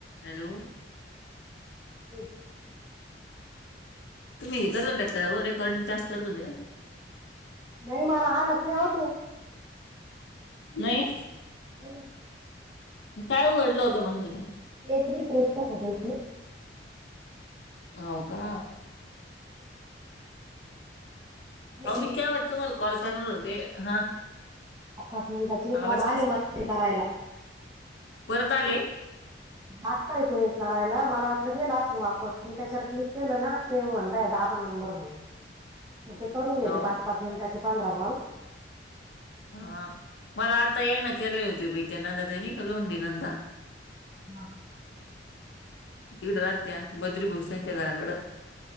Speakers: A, on the left; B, on the right.
A: हॅलो
B: हो
A: तुम्ही हे करता त्या काय वरे करं तस करत हो द्या
B: नाही मला हाल असले होते
A: नाही
B: नाही ना
A: काय उघडलं होतं म्हण त ते
B: पस्टरी फ्रेश का होताे
A: हो का
B: पहिले
A: अ मी काय वाटत तुम्हाला कॉल करणार हो दे हा
B: पाच पाच मिनिटाचे
A: आवाज
B: कॉल आले
A: कस
B: म ते करायला
A: परत आले
B: नाटकाय तेे करायला मला वाटलं गेलं असल वापस मी त्याच्यावर क्लिक केलं ना तेेम म्हणताय दहाबा नंबर म्हणून
A: <inaudible>
B: मग ते करून घेते
A: हो
B: पाच पाच मिनिटाचे पंधरा कॉल
A: हा मला आता या ना केले होते बहि त्या नंदा त नाही का लोंडी नंदा
B: हा
A: तिकडे राहत त्या्या बद्री भोसच्या घराकडं